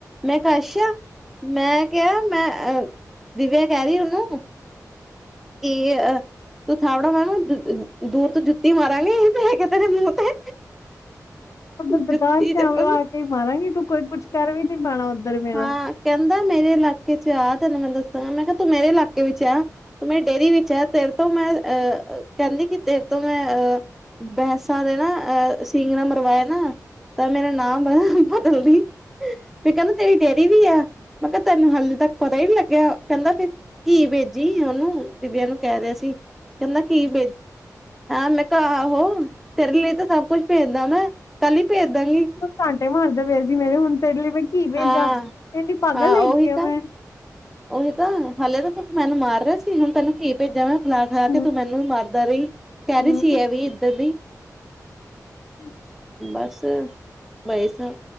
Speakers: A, in the centre; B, on the left.
A: ਮੈਂ ਕਿਹਾ ਅੱਛਾ ਮੈਂ ਕਿਹਾ ਮੈਂ ਅ ਦਿਵਿਆ ਕਹਿ ਰਹੀ ਉਹਨੂੰ ਕੀ ਅਹ ਤੂੰ ਥਾਪੜਾ <unintelligible> ਦੂਰ ਤੋਂ ਜੁੱਤੀ ਮਾਰਾਂਗੀ ਮੈਂ ਕਿਹਾ ਤੇਰੇ ਮੂੰਹ ਤੇ।
B: ਦੁਕਾਨ
A: ਜੁੱਤੀ
B: ਤੇ
A: ਚੱਪਲ
B: ਆ ਕੇ ਮਾਰਾਂਗੀ ਤੂੰ ਕੋਈ ਕੁਛ ਕਰ ਵੀ ਨੀ ਪਾਉਣਾ ਉੱਧਰ ਮੇਰਾ।
A: ਹਾਂ ਕਹਿੰਦਾ ਮੇਰੇ ਇਲਾਕੇ ਚ ਆ ਤੈਨੂੰ ਮੈਂ ਦੱਸਾਂਗਾ ਮੈਂ ਕਿਹਾ ਤੂੰ ਮੇਰੇ ਇਲਾਕੇ ਵਿੱਚ ਆ ਤੂੰ ਮੇਰੀ ਡੇਅਰੀ ਵਿੱਚ ਆ ਤੇਰੇ ਤੋਂ ਮੈਂ ਅਹ ਕਹਿੰਦੀ ਕਿ ਤੇਰੇ ਤੋਂ ਮੈਂ ਅਹ ਬਹਿਸਾਂ ਦੇ ਨਾ ਅਹ ਸਿੰਗ ਨਾ ਮਰਵਾਇਆ ਨਾ ਤਾਂ ਮੇਰਾ ਨਾਮ ਨਾ ਬਦਲ ਦੇਈਂ ਠੀਕ ਆ ਤੇਰੀ ਡੇਅਰੀ ਵੀ ਆ ਮੈਂ ਕਿਹਾ ਤੈਨੂੰ ਹਲੇ ਤੱਕ ਪਤਾ ਹੀ ਨਹੀਂ ਲੱਗਿਆ ਕਹਿੰਦਾ ਫੇਰ ਕੀ ਵੇਚ ਜੀ ਉਹਨੂੰ ਦਿਵਿਆ ਨੂੰ ਕਹਿ ਰਿਹਾ ਸੀ ਕਹਿੰਦਾ ਕੀ <unintelligible> ਮੈਂ ਕਿਹਾ ਆਹੋ ਤੇਰੇ ਲਈ ਤਾਂ ਸਭ ਕੁਛ ਭੇਜਦਾ ਮੈਂ ਕੱਲ ਹੀ ਭੇਜ ਦਾਂਗੀ।
B: ਭਾਂਡੇ ਮਾਂਜਦੇ ਪਏ ਸੀ ਮੇਰੇ ਹੁਣ ਤੇਰੇ ਲਈ ਮੈਂ ਕੀ ਭੇਜਾ
A: ਹਾਂ
B: ਕਹਿੰਦੀ ਪਾਗਲ
A: ਹਾਂ
B: ਹੈਗੀ
A: ਉਹੀ
B: ਆ
A: ਤਾਂ
B: ਮੈਂ।
A: ਉਹੀ ਤਾਂ ਹਾਲੇ ਤਾਂ ਤੂੰ ਮੈਨੂੰ ਮਾਰ ਰਿਹਾ ਸੀ ਹੁਣ ਤੈਨੂੰ ਕੀ ਭੇਜਾ ਮੈਂ ਖਿਲਾ ਖਿਲਾ
B: ਹੂੰ
A: ਕੇ ਤੂੰ ਮੈਨੂੰ ਵੀ ਮਾਰ ਇਧਰ ਹੀ ਕਹਿ
B: ਹੂੰ
A: ਰਹੀ ਸੀ ਹੈ ਇਹ ਵੀ ਇੱਧਰ
B: <unintelligible>
A: ਬਸ ਬਾਈਸਾ